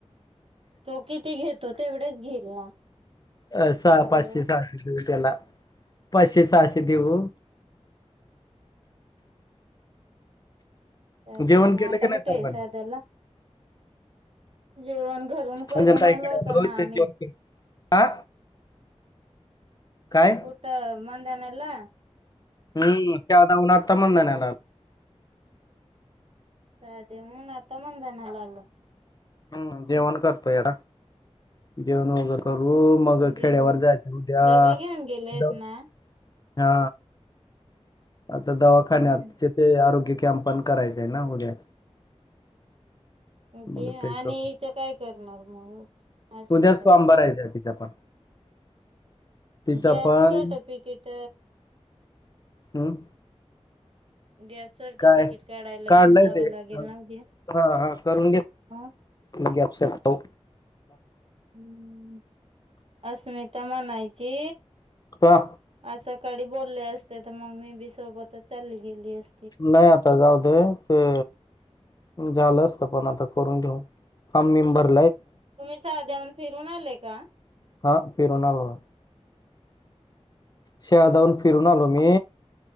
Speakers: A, on the right; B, on the left.
A: तो किती घेतो तेवढेच घेईल ना
B: अ
A: हॅलो
B: पाचशे साडेपाचशे. त्याला पाशे सहाशे देऊ!
A: चालेल
B: जेवण केलं
A: आता
B: की नाही
A: कुठे
B: सर्वांनी
A: आहे साध्याला? जेवण घरून करून
B: म्हणजे ताईकडे
A: आलो होत ना
B: इथे
A: आम्ही,
B: जेवण केलं हा काय
A: कुठ मध्यानला.
B: हम्म! त्यादावन आता म्हणध नाहीना.
A: साधे म्हणून आता मधनाला आल.
B: हम्म जेवण करतोय या जेवण वगैर करून. हो मग
A: जेवण
B: खेड्यावर जायचं उद्या
A: डबा घेऊन गेलेत
B: जा
A: ना
B: हा आता दवाखान्यात
A: हम्म
B: तिथे आरोग्य कॅपण करायच आहे ना उद्या.
A: उद्या
B: मग ते
A: आणि
B: करू
A: इथं काय करणार मग अस्मिताच
B: उद्याच तो फाॅर्म भरायचा आहे तिथं पण तिचा
A: गॅप
B: पण
A: सर्टिफिकेट
B: हम्म
A: गॅप सर्टिफिकेट
B: काय
A: काढायला
B: काढलंय
A: घेऊन जावं
B: ते
A: लागेल ना उद्या
B: हा हा करून घे.
A: ह
B: के अपसे पाऊ
A: ह अस्मिता म्हणायची
B: का
A: असं काडी बोलले असते तर मग मी बी सोबतच चालली गेली असते
B: नाही आता जाऊ दे ते झालं असत पण आता करून ठेव फॉर्म बीम भरून ठेव.
A: तुम्ही साध्याऊन फिरून आले का
B: हा फिरून आलो. शाळा जाऊन फिरून आलो मी.